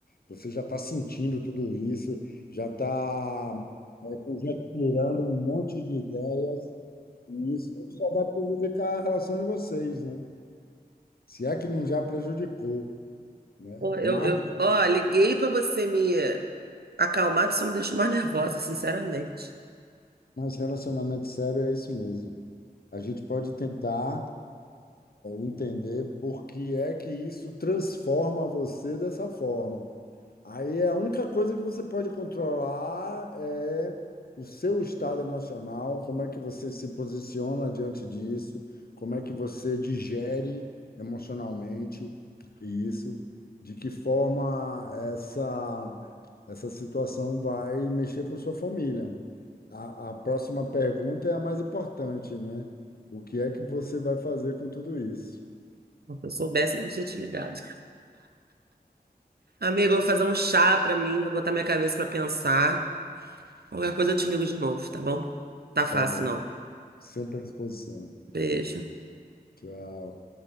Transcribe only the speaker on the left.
Você já está sentindo tudo isso, já está é, conjecturando um monte de ideias, e isso só vai prejudicar a relação de vocês, né? Se é que não já prejudicou, né?
Mais,
mais
relacionamento sério é isso mesmo. A gente pode tentar entender por que é que isso transforma você dessa forma. Aí é a única coisa que você pode controlar é o seu estado emocional, como é que você se posiciona diante disso, como é que você digere emocionalmente isso, de que forma essa essa situação vai mexer com sua família. A, a próxima pergunta é a mais importante, né? O que é que você vai fazer com tudo isso?
Tá bom.
Sempre à disposição.
Tchau.